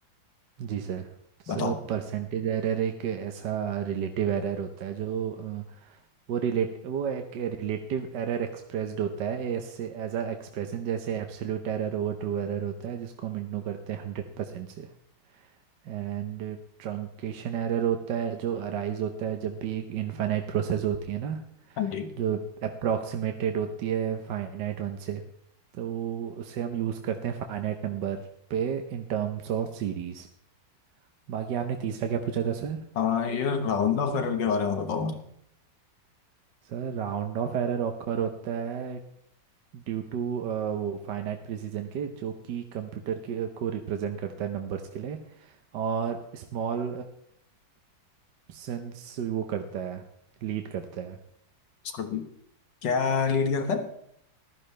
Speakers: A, on the right; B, on the left.
A: जी सर सर
B: बताओ
A: परसेंटेज एरर एक ऐसा रिलेटिव एरर होता है जो अ, वो रिलेट वो एक रिलेटिव एरर एक्सप्रेस्ड होता है ऐसे एज अ एक्सप्रेशन जैसे absolute error over true error होता है जिसको हम इंटू करते हैं हंड्रेड परसेंट से एंड ट्रंकेशन एरर होता है जो अराइज होता है जब भी एक इनफाइनाइट प्रोसेस होती है ना
B: हाँ जी
A: जो अप्रोक्सीमेटेड होती है फाइनाइट वन से तो उसे हम यूज़ करते हैं फाइनाइट नंबर पे इन टर्म्स ऑफ सीरीज बाकी आपने तीसरा क्या पूछा था sir
B: हाँ यार राउंड ऑफ एरर के बारे में बताओ मुझे
A: Sir round off error occur होता है ड्यू टू वो फाइनाइट प्रिसीजन के जो कि कंप्यूटर के को रिप्रेजेंट करता है नंबर्स के लिए और स्मॉल डिस्क्रिप्शंस वो करता है लीड करता है
B: उसको भी क्या लीड करता है